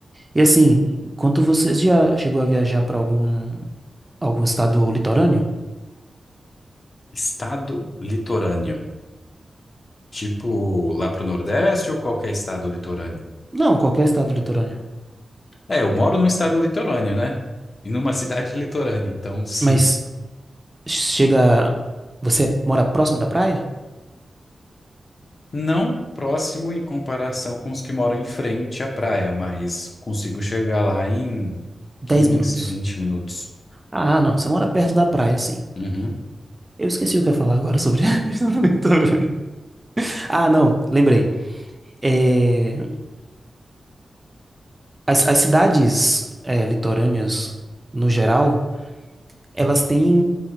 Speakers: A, on the right (about 15°); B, on the left (about 45°).
A: E assim, quanto vocês já chegou a viajar para algum algum estado litorâneo?
B: Estado litorâneo. Tipo, lá pro Nordeste ou qualquer estado litorâneo?
A: Não, qualquer estado litorâneo.
B: É, eu moro num estado litorâneo, né? E numa cidade litorânea, então sim.
A: Mas chega, você mora próximo da praia?
B: Não próximo em comparação com os que moram em frente à praia, mas consigo chegar lá em
A: Dez
B: 15,
A: minutos.
B: 20 minutos.
A: Ah, não, você mora perto da praia, sim.
B: Uhum.
A: Eu esqueci o que eu ia falar agora sobre <laughs> a estado litorâneo. Ah, não, lembrei. É, as, as cidades é, litorâneas, no geral, elas têm